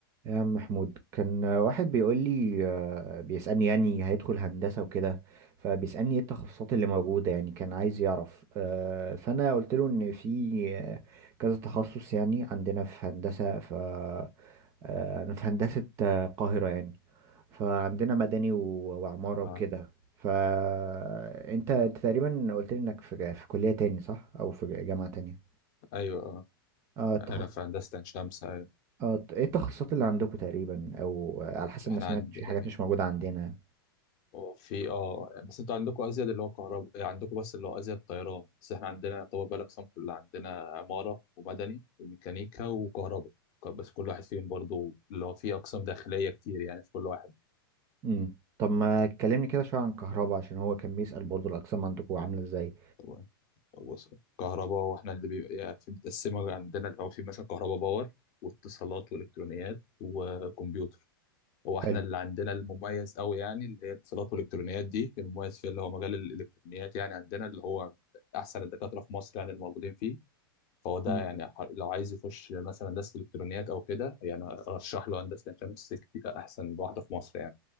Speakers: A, on the right; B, on the left.
A: يا عم محمود كان واحد بيقول لي آه، بيسألني يعني هيدخل هندسة وكده فبيسألني ايه التخصصات اللي موجودة يعني كان عايز يعرف آه، فأنا قلت له إن في آه، كذا تخصص يعني عندنا في هندسة ف آه، أنا في هندسة آه، القاهرة يعني فعندنا مدني و- وعمارة
B: اه
A: وكده فأنت تقريبا قلت لي إنك في في كلية تاني صح أو في جامعة تانية
B: ايوه اه
A: اه
B: انا في هندسه عين شمس ايوه
A: اه ط- ايه التخصصات اللي عندكم تقريبا او آه، على حسب
B: احنا
A: ما سمعت
B: عند
A: في
B: إيه،
A: حاجات مش موجودة عندنا
B: هو في اه بس انتوا عندكم ازيد اللي هو كهرباء إيه، عندكم بس اللي هو ازيد طيران بس احنا عندنا يعتبر بقى الاقسام كلها عندنا عماره ومدني وميكانيكا وكهرباء ك- بس كل واحد فيهم برضو اللي هو في اقسام داخليه كتير يعني في كل واحد
A: امم طب ما تكلمني كده شوية عن كهرباء عشان هو كان بيسأل برضو الأقسام عندكم عاملة ازاي
B: هو- هو كهرباء واحنا اللي بيبقى يعني في متقسمه عندنا اللي هو في مثلا كهرباء باور واتصالات والكترونيات وكمبيوتر هو احنا
A: حلو
B: اللي عندنا المميز قوي يعني اللي هي اتصالات والالكترونيات دي المميز فيها اللي هو مجال الالكترونيات يعني عندنا اللي هو احسن الدكاتره في مصر يعني الموجودين فيه فهو ده
A: مم.
B: يعني ح- لو عايز يخش مثلا هندسه الكترونيات او كده يعني ارشح له هندسه الشمس كتير احسن واحده في مصر يعني